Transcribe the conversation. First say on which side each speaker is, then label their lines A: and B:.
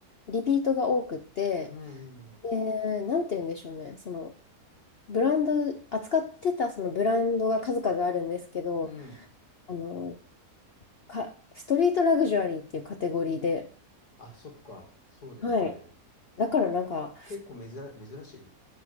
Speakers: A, on the left; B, on the left.
A: リピートが多くって、
B: うん、うん。
A: で、なんて言うんでしょうね。その、ブランド、扱ってたそのブランドが数々あるんですけど、
B: うん
A: あの、か、ストリートラグジュアリーっていうカテゴリーで、
B: あ、そっか。そうだよね。
A: はい。だからなんか、
B: 結構珍、珍しい。